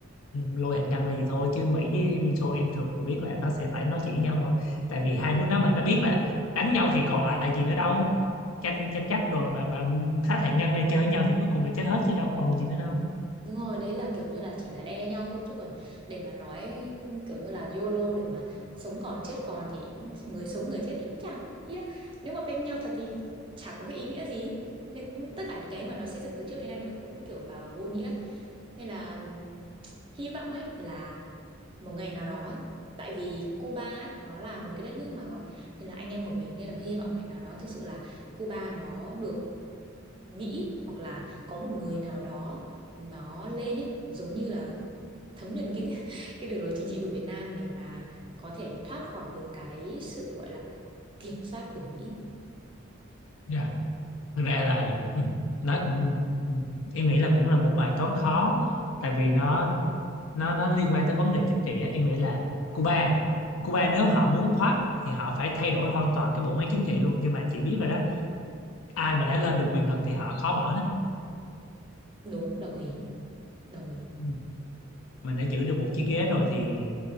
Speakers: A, on the left; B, on the right.
A: lôi hạt nhân ra gì thôi chứ Mỹ với Liên Xô em thường biết là nó sẽ phải nói chuyện với nhau thôi tại vì hai nước đó mà nó biết là đánh nhau thì còn lại gì nữa đâu tranh tranh chấp rồi mà mà sát hạt nhân ra chơi với nhau thì cuối cùng là chết hết chứ đâu còn gì nữa đâu
B: Đúng rồi, đấy là kiểu như là chỉ là đe nhau thôi chứ còn để mà nói kiểu như là YOLO để mà sống còn chết còn thì người sống người chết thì cũng chẳng ý là nếu mà bên nhau thật thì chả có cái ý nghĩa gì nên tất cả những cái mà nó xây dựng từ trước đến nay nó cũng kiểu vào vô nghĩa ấy. Nên là hy vọng ấy là một ngày nào đó tại vì Cuba ấy, nó là một cái đất nước mà gọi như là anh em của mình nên là hy vọng ngày nào đó thực sự là Cuba nó được nghĩ hoặc là có một người nào đó nó lên ấy giống như là thấm nhuần cái <laughs> cái đường lối chính trị của Việt Nam để mà có thể thoát khỏi được cái sự gọi là kiểm soát của Mỹ.
A: Dạ. thực ra là ừ, nó ừ, ừ, em nghĩ là cũng là một bài toán khó tại vì nó nó nó liên quan tới vấn đề chính trị á em nghĩ là Cuba Cuba nếu họ muốn thoát thì họ phải thay đổi hoàn toàn cái bộ máy chính trị luôn nhưng mà chị biết rồi đó ai mà đã lên được quyền lực thì họ khó bỏ lắm
B: Đúng, đồng ý, đồng ý.
A: Ừ. mình đã giữ được một chiếc ghế rồi thì